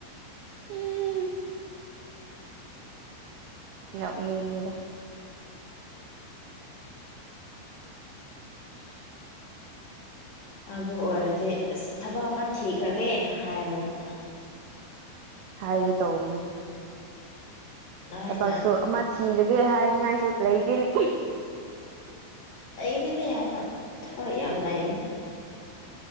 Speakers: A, on the right; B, on the left.
A: ꯎꯝ ꯉꯞꯅꯤꯡꯉꯗ
B: ꯀ ꯑꯗꯨ ꯑꯣꯏꯔꯗꯤ ꯑꯁ ꯊꯕꯛ ꯑꯃ ꯊꯤꯈ꯭ꯔꯒꯦꯅ ꯍꯥꯏꯔꯣꯏꯗꯅ
A: ꯍꯥꯏꯒꯦ ꯇꯧꯕꯅꯦ
B: ꯅꯣꯏꯅ
A: ꯊꯕꯛꯁꯨ ꯑꯃ ꯊꯤꯔꯒꯦ ꯍꯥꯏꯅꯤꯡꯉꯥꯏꯁꯨ ꯂꯩꯇꯦꯅꯦ
B: ꯑꯩꯅꯤꯗꯤ ꯌꯥꯝꯅ ꯊꯕ ꯌꯥꯝꯅꯞ ꯝꯔꯨ